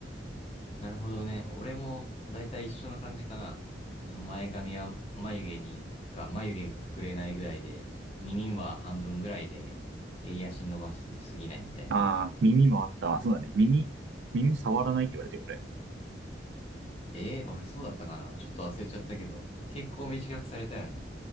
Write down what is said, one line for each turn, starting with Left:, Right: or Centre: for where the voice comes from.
Left: なるほどね。俺もだいたい一緒な感じかな。あの前髪は眉毛に、が、眉毛が隠れないぐらいで、耳は半分ぐらいで、襟足伸ばしすぎないみたいなの。
Right: ああ、耳もあったわ。そうだね。耳、耳触らないって言われて、俺。
Left: えー、俺そうだったかなちょっと忘れちゃったけど、結構短くされたよね。